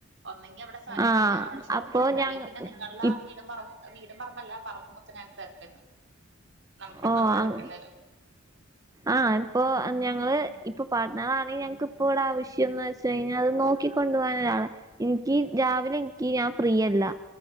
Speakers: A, on the right; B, on the right.
A: ഒന്നെങ്കി അവടെ സ്ഥലംണ്ടെങ്കി
B: ആഹ്
A: ഞാൻവിടെ ഷോപ്പ്ടോങ്ങാ
B: അപ്പൊ
A: അല്ലേയ്
B: ഞങ്ങ
A: പിന്നെ നിങ്ങൾടെ ആ
B: ഇ
A: വീടും പറമ്പും വീടും പറമ്പല്ല പറബോക്കെ ഞങ്ങക്ക് തരണ്ടരും നമ്മക്ക്
B: ഓ
A: നമ്മഎടുക്കണ്ടരും
B: ആഹ് ഇപ്പോ ഞങ്ങള് ഇപ്പൊ പാട്ട്നറാണെങ്കിൽ ഞങ്ങക്ക് ഇപ്പോ ഇവിടെ ആവശ്യംന്ന് വച്ച <unintelligible> അഹ് നോക്കികോണ്ടു പോകാനൻ ഒരാള എനിക്ക്
A: ഉം
B: രാവിലെ എനിക്ക് ഞാൻ ഫ്രീയല്ല